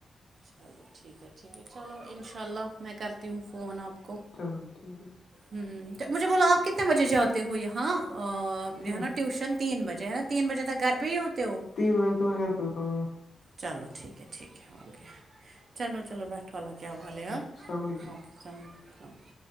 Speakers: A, on the right (about 60°); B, on the left (about 60°).
A: چلو ٹھیک ہے ٹھیک ہے چلو انشاء اللہ میں کرتی ہوں فون آپ کو
B: چلو ٹھیک ہے
A: ہوں مجھے بولو آپ کتنے بجے جاتے ہو یہاں
B: تین
A: یہ
B: منٹ
A: نا ٹیوشن تین بجے ہے تین بجے تک گھر پہ ہی ہوتے ہو
B: تین میں بجے میں گھر پہ تھا
A: چلو ٹھیک ہے ٹھیک ہے اوکے چلو چلو بیٹھو والا کیا بولے ہاں
B: السلام علیکم
A: اوکے ج <unintelligible>